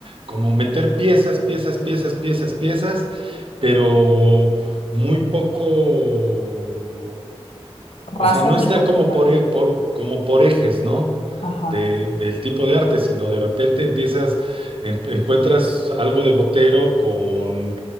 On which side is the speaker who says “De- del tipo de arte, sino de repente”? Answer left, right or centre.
Right